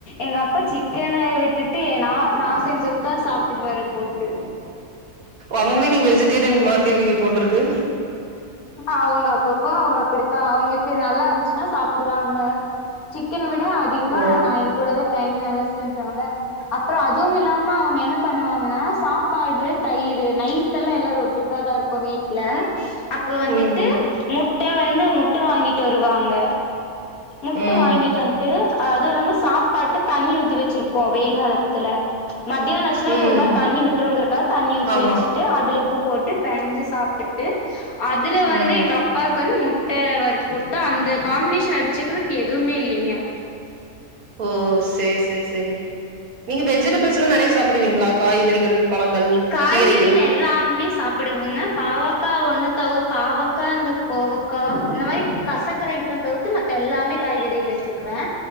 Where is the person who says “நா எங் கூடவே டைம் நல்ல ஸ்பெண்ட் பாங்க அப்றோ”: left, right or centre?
Left